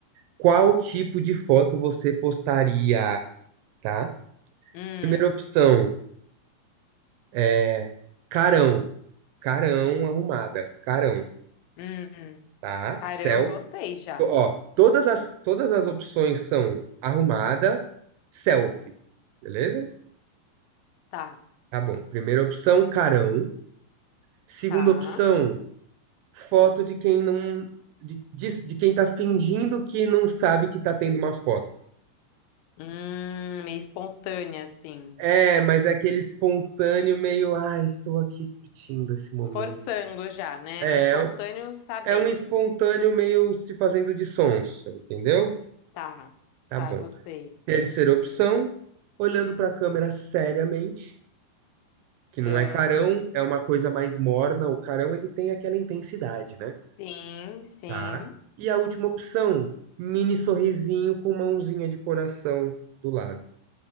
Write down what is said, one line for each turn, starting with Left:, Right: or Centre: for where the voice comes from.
Right: Qual tipo de foto você postaria, tá?
Left: Hum,
Right: Primeira opção é carão, carão arrumada, carão,
Left: hum.
Right: tá?
Left: Carão,
Right: Selfie.
Left: gostei já.
Right: Ó, todas as, todas as opções são arrumada, selfie, beleza?
Left: Tá,
Right: Tá bom. Primeira opção, carão. Segunda
Left: tá.
Right: opção, foto de quem não. De, de, de quem tá fingindo que não sabe que tá tendo uma foto.
Left: Hum, meio espontânea, assim.
Right: É, mas é aquele espontâneo meio, ah, estou aqui curtindo esse momento.
Left: Forçando já, né?
Right: É,
Left: Um espontâneo sabendo.
Right: é um espontâneo meio se fazendo de sonso, entendeu?
Left: Tá,
Right: Tá
Left: tá,
Right: bom.
Left: gostei.
Right: Terceira opção, olhando pra câmera seriamente. que não
Left: Hã?
Right: é carão, é uma coisa mais morna. O carão ele tem aquela intensidade, né?
Left: sim, sim.
Right: Tá. E a última opção, mini sorrisinho com mãozinha de coração do lado,